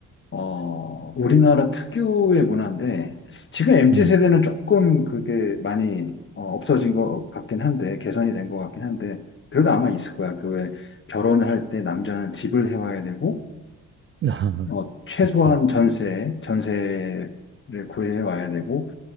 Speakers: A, on the left; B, on the right.
A: 어, 우리나라 특유의 문화인데, 지금 MZ
B: 음.
A: 세대는 조금 그게 많이 어, 없어진 것 같긴 한데, 개선이 된 것 같긴 한데, 그래도 아마 있을 거야. 그 왜 결혼할 때 남자는 집을 해와야 되고,
B: <laughs>
A: 어, 최소한
B: 그치,
A: 전세, 전세를 구해와야 되고,